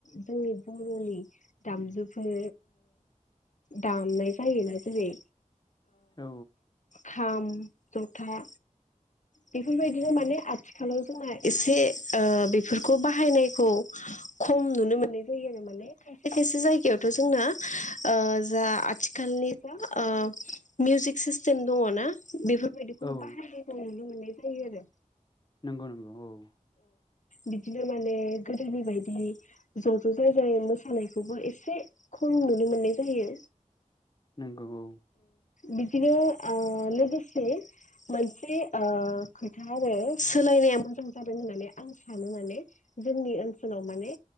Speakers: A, on the left; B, on the left.
A: जोंनि बर'नि दामजुफोर दामनाय जायोना जेरै
B: औ
A: खाम, था बेफोरबायदिनो माने आथिखालाव जोंना एसे बेफोरखौ बाहायनायखौ खम नुनो मोननाय जायो आरो माने खायसे खायसे जायगायावथ' जोंना जा आथिखालनि दा मिउजिक सिस्टेम दङ ना बेफोरबायदिखौ
B: औ
A: बाहायनायखौ नुनो मोननाय जायो आरो
B: नंगौ नंगौ औ।
A: बिदिनो माने गोदोनि बदि ज' ज' जाय जाय मोसानायखौबो एसे खम नुनो मोननाय जायो।
B: नंगौ औ।
A: बिदिनो लोगोसे मोनसे खोथा आरो सोलायनाया मोजां जादों होननानै आं सानो माने। जोंनि ओ ाव माने